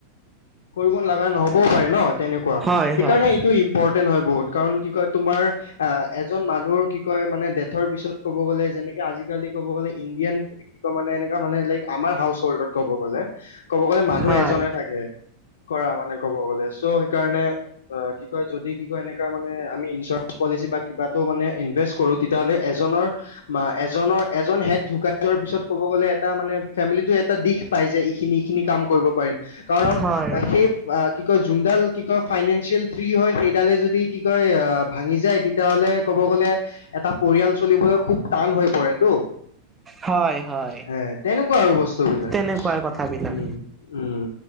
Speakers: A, on the left; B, on the right.
A: কৰিব লগা নহ'বও পাৰে ন তেনেকুৱা
B: হয়
A: সেইকাৰণে
B: হয়
A: এইটো ইম্পৰ্টেণ্ট হয় বহুত কাৰণ কি কয় তোমাৰ আহ এজন মানুহ কি কয় মানে ডেথৰ পিছত ক'ব গ'লে যেনেকে আজিকালি ক'ব গ'লে ইণ্ডিয়ান কি ক মানে এনেকা মানে লাইক আমাৰ হাউচ হল্ডত ক'ব গ'লে ক'ব গ'লে মানুহ
B: হয়
A: এজনে থাকে কৰা মানে কব গলে চ' সেইকাৰণে অ কি কয় যদি কি কয় এনেকুৱা মানে আমি ইঞ্চুৰেঞ্চ পলিচি বা কিবাো মানে ইনভেষ্ট কৰো তেতিয়াাহ'লে এজনৰ এজনৰ এজন হেড ঢুকাই যোৱাৰ পিছত কব গলে এটা মানে ফেমিলিটো এটা দিশ পায় যে এইখিনি এইখিনি কাম কৰিব পাৰিম কাৰণ
B: হয়
A: সেই কি কয় যোনডাল কি কয় ফাইনেন্সিয়েল থ্ৰী হয় সেইডালে যদি কি কয় ভাঙি যায় তেতিয়াহ'লে গলে এটা পৰিয়াল চলিবলৈ খুব টান হৈ পৰেতো
B: হয় হয়
A: হে তেনেকুৱা আৰু বস্তু বিলাক
B: তেনেকুৱাই কথাবিলাক
A: উম উম